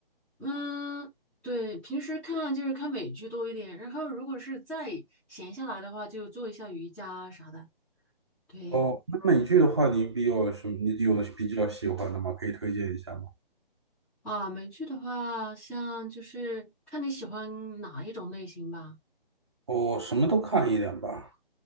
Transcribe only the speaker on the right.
哦，那美剧的话，你比较什么？你有比较喜欢的吗？可以推荐一下吗？
哦，什么都看一点吧。